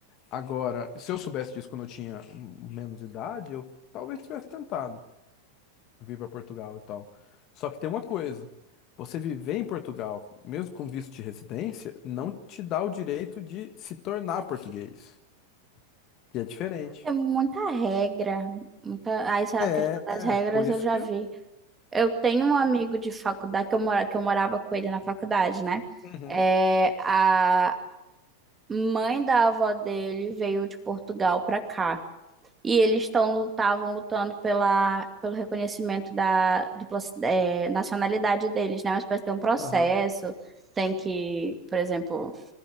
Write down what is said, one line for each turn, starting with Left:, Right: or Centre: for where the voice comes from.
Left: Agora, se eu soubesse disso quando eu tinha hum, menos idade, eu talvez tivesse tentado vir para Portugal e tal. Só que tem uma coisa, você viver em Portugal, mesmo com visto de residência, não te dá o direito de se tornar português, que é diferente.
Right: Tem muita regra. Muita... Ah, essa
Left: É,
Right: questão das
Left: é,
Right: regras
Left: por isso
Right: eu já
Left: que.
Right: vi. Eu tenho um amigo de faculdade, que eu, mora... que eu morava com ele na faculdade, né?
Left: Uhum,
Right: É, a mãe da avó dele veio de Portugal pra cá. E eles estão estavam lutando pela, pelo reconhecimento da dupla, eh, nacionalidade deles, né? Uma espécie de um processo.
Left: aham.
Right: Tem que, por exemplo,